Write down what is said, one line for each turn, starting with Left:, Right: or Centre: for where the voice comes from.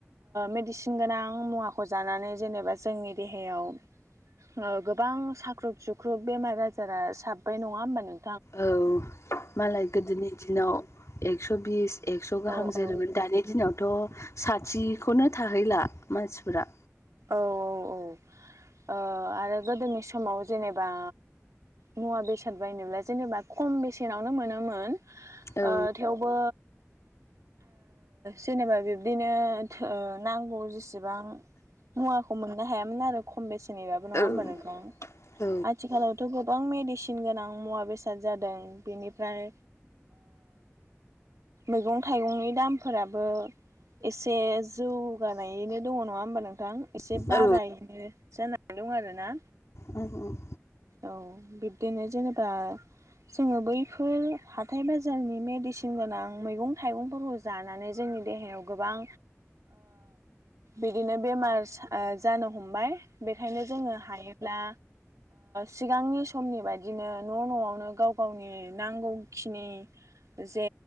Right: मेडिसिन गोनां मुवा जानानै जेनेबा जोंनि देहायाव गोबां साख्रुुब सुक्रुब ग्रुुब बेमार आजारा साब्बाय नङा होमबा नों
Left: औ। मालाय गोदोनि दिनाव एकस' बिस एक्स' गाहाम
Right: औ
Left: जोरोमोन
Right: औ
Left: दानि दिनाव थ' साथिखौनो थाहैला मानसिफोरा
Right: औ औ औ आरो गोदोनि समाव जेनेबा मुवा बेसाद बायनोब्ला जेनेबा खम बेसेनावनो मोनोमोन।
Left: औ
Right: ओ थेवबो जेनेबा बिब्दिनो नांगौ जेसेबां मुवाखौ मोननो हायामोन आरो खम बेसेनबाबो नङा
Left: औ
Right: होमबा नोंथां
Left: औ
Right: आथिखालाव थ' गोबां मेडिसिन गोनां मुवा बेसाद जादों बेनिफ्राय मैगं थाइगंनि दामफोराबो एसे जौगानायैनो दङ नङा होमबा नोंथां। एसे
Left: औ
Right: बारायनो जानानै दं आरो ना।
Left: औ औ।
Right: औ बिब्दिनो जेनेबा जोङो बैफोर हाथाइ बाजारनि मेडिसिन गोनां मैगं थाइगंफोरखौ जानानै जोंनि देहायाव गोबां बिदिनो बेमार जानो हमबाय बेखायनो जोङो हायोब्ला सिगांनि समनि बायदिनो न' न'आवनो गाव गावनि नांगौखिनि जे